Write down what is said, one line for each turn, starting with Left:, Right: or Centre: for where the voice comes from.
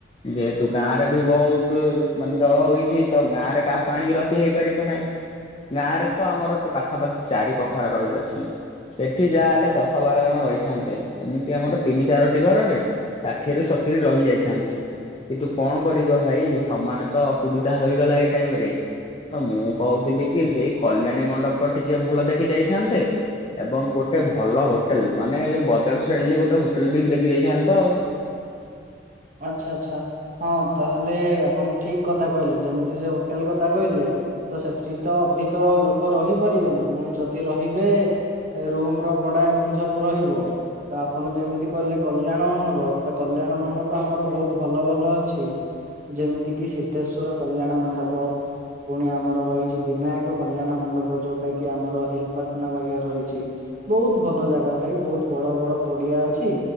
Left: ଯେହେତୁ ଗାଁ ରେ ବି ବହୁତ ମାନେ ଜଳ ହେଇଛି କି ତ ଗାଁ ରେ କାହାକୁ ଆଣିକି ରଖି ହେଇ ପାରିବ ନାହିଁ। ଗାଁ ରେ ତ ଆମର ପାଖାପାଖି ଚାରିବଖରା ରହିଅଛି। ସେଠି ଯାହା ହେଲେ ଦଶ ବାର ଜଣ ରହିଥାନ୍ତେ ଏମିତି ଆମର ତିନି ଚାରୋଟି ଘରରେ। ଷାଠିଏ ରୁ ସତୁରି ରହିଯାଇଥାନ୍ତେ କିନ୍ତୁ କଣ କରିବ ଭାଇ ସମାନେ ତ ଅସୁବିଧା ଅଧା ହୋଇଗଲା ଏଇ ଟାଇମ ରେ। ତ ମୁଁ କହୁଥିଲି କି ସେଇ କଲ୍ୟାଣୀ ମଣ୍ଡପ ଟିକେ ଭଲ ଦେଖିଦେଇଥାନ୍ତେ? ଏବଂ ଗୋଟେ ଭଲ ହୋଟେଲ ମାନେ ବଜେଟ୍ ଫ୍ରେଣ୍ଡଲି ଗୋଟେ ହୋଟେଲ ବି ଦେଖିଦେଇଥାନ୍ତ ଆଉ
Right: ଆଚ୍ଛା ଆଚ୍ଛା ହଁ ତାହେଲେ ଆପଣ ଠିକ କଥା କହିଲେ ଯେମିତି ସେ ହୋଟେଲ କଥା କହିଲେ? ତ ସେଥିରେ ତ ଅଧିକ ଲୋକ ରହିପାରିବେନି ପୁଣି ଯଦି ରହିବେ ଏ ରୁମ ର ଭଡା ଏମିତି ସବୁ ରହିବ। ତ ଆପଣ ଯେମିତି କହିଲେ କଲ୍ୟାଣ ମଣ୍ଡପ ତ କଲ୍ୟାଣ ମଣ୍ଡପ। ଆମର ବହୁତ ଭଲ ଭଲ ଅଛି ଯେମିତି କିି ସିଦ୍ଧେଶ୍ଵର କଲ୍ୟାଣ ମଣ୍ଡପ। ପୁଣି ଆମର ରହିଛି ବିନାୟକ କଲ୍ୟାଣ ମଣ୍ଡପ ଯୋଉଟା କି ଆମର ହିଲପଟନା ପାଖରେ ରହିଛି। ବହୁତ ଭଲ ଜାଗା ଭାଇ ବହୁତ ବଡ ବଡ ପଡିଆ ଅଛି।